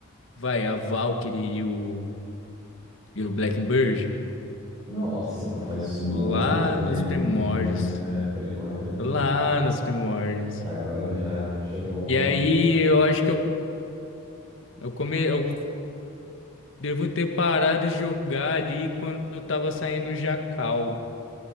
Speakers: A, on the left; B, on the right.
A: vai, a Valkyrie e o, e o Blackbird.
B: Nossa, então faz muito
A: Lá
B: tempo,
A: nos primórdios.
B: muito, né? Primórdios mesmo.
A: Lá nos primórdios.
B: Que agora já chegou uma
A: E aí,
B: nova,
A: eu acho que eu, eu, come, eu Devo ter parado de jogar ali quando eu tava saindo o Jacal,